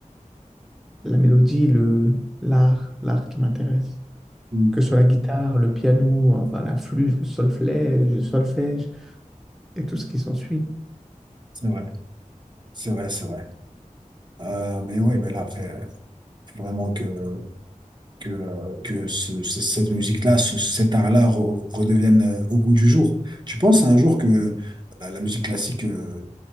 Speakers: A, in the centre; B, on the right (about 35°).
A: la mélodie, le, l'art, l'art qui m'intéresse.
B: Mm.
A: Que ce soit la guitare, le piano, enfin la flûte, le solfège, le solfège et tout ce qui s'ensuit.
B: C'est vrai, c'est vrai, c'est vrai. Euh, mais oui, mais là, après, euh, faut vraiment que, que, euh, que ce- ce- cette musique-là, ce- cet art-là re- redevienne euh, au goût du jour. Tu penses un jour que la, la musique classique euh,